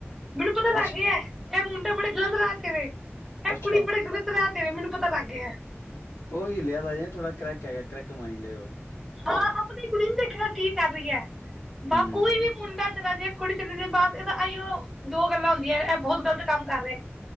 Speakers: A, in the centre; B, on the left (about 70°).
A: ਮੈਨੂੰ ਪਤਾ
B: ਅੱਛਾ,
A: ਲੱਗ ਗਿਆ, ਇਹ ਮੁੰਡਾ ਬੜੇ ਗ਼ਲਤ ਰਾਹ ਤੇ ਵੇ ਇਹ
B: ਅੱਛਾ
A: ਕੁੜੀ ਬੜੇ ਗ਼ਲਤ ਰਾਹ ਤੇ ਵੇ ਮੈਨੂੰ ਪਤਾ ਲੱਗ ਗਿਆ।
B: ਉਹ ਹੀਲਿਆ ਦਾ ਜੇ ਥੋੜਾ ਕਰੈਕ ਹੈਗਾ ਕਰੈਕ ਮਾਈਂਡ ਏ ਉਹ
A: ਹਾਂ ਆਪਣੀ ਕੁੜੀ ਨੀ ਦੇਖਣਾ ਕੀ ਕਰ ਰਹੀ ਹੈ।
B: ਹੂੰ,
A: ਬਾ ਕੋਈ ਵੀ ਮੁੰਡਾ ਚਲਾ ਜੇ ਕੁੜੀ ਚਲੀ ਜੇ ਇਹ ਤਾਂ ਇਈਓ ਦੋ ਗੱਲਾਂ ਹੁੰਦੀਆਂ ਐ। ਬਹੁਤ ਗ਼ਲਤ ਕੰਮ ਕਰ ਰਹੇ